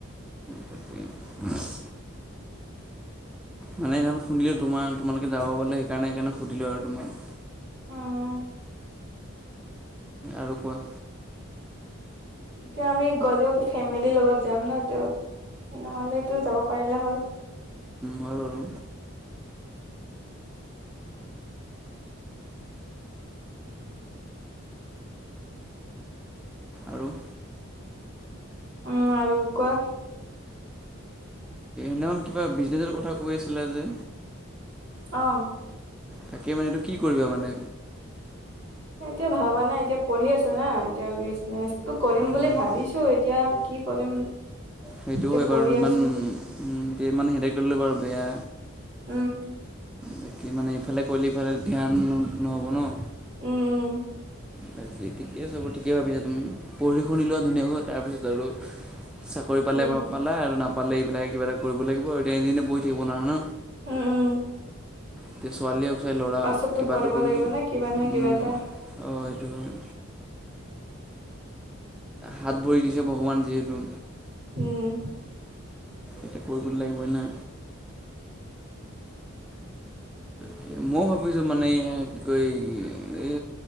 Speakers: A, in the centre; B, on the right.
A: তাকে। <unintelligible> মানে সেইদিনা শুনিলোঁ তোমাৰ তোমালোকে যাব বুলি সেইকাৰণে সেইকাৰণে সুধিলোঁ আৰু তোমাক।
B: উম্।
A: আৰু কোৱা।
B: এতিয়া আমি গ'লেওটো ফেমিলিৰ লগত যাম ন। ত নহলেটো যাব পাৰিলা হয়।
A: হয় বাৰু আৰু
B: উম আৰু কোৱা
A: সেইদিনাখন কিবা বিজনেছৰ কথা কৈ আছিলে যে
B: অ
A: তাকে মানে এইটো কি কৰিবা মানে
B: এতিয়া ভবা নাই এতিয়া পঢ়ি আছো ন এতিয়া বিজনেচটো কৰিম
A: অঁ
B: বুলি ভাবিছো এতিয়া কি কি কৰিম
A: সেইটো
B: এতিয়া
A: হয়
B: পঢ়ি
A: বাৰু ইমান
B: আছো
A: উ এতিয়া ইমান হেডক ললে বাৰু বেয়া
B: উম
A: বাকী মানে এইফালে কৰিলে ইফালে ধ্যান নহব ন
B: উম উম
A: বাকী ঠিকে আছে ব ঠিকে ভাবিছা তুমি পঢ়ি শুনি লোৱা ধুনীয়াকৈ তাৰপিছত আৰু চাকৰি পালে
B: উম
A: পালে আৰু নাপালে এইবিলাকে কিবা এটা কৰিব লাগিব এতিয়া এনেই বহি থাকিব নোৱাৰা ন
B: উম উম
A: এতিয়া ছোৱালী হওক চাই ল'ৰা হওক
B: পাছতো
A: কিবাটো
B: কৰিব
A: কৰিবই
B: লাগিব ন কিবা নহয় কিবা
A: উ
B: এটা
A: অ সেইটো হয় হাত ভৰি দিছে ভগৱানে যিহেতু
B: উম
A: এয়া কৰিব লাগিবই না তাকে মই ভাবিছোঁ মানে কি কয় এই